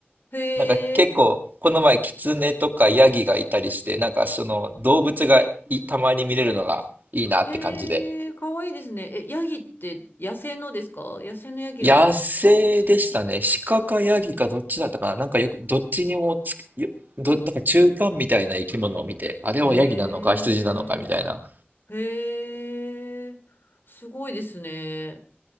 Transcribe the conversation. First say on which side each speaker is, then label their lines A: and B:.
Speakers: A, on the left; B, on the right.
A: あ。へ
B: なんか結構この前キツネとかヤギがいたりして、
A: え、
B: なんかその動物がいたまに見れるのがいいなって感じで。
A: へえ、かわいいですね。え、ヤギって野生のですか野生のヤギがいるんですか
B: 野生でしたね。鹿かヤギかどっちだったかな。なんかよく、どっちにもつく、よど、なんか中間みたいな生き物を見て、あれはヤギなのか羊なのかみたいな。
A: へえ。へえ、すごいですね。